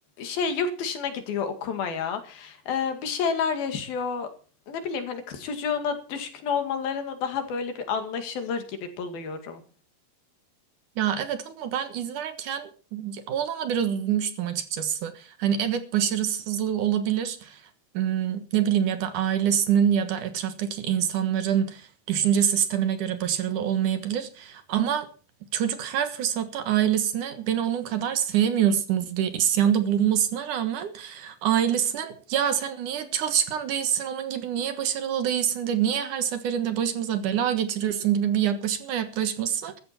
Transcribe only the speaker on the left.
şey yurt dışına gidiyor okumaya. Ee, bir şeyler yaşıyor. Ne bileyim hani kız çocuğuna düşkün olmalarını daha böyle bir anlaşılır gibi buluyorum.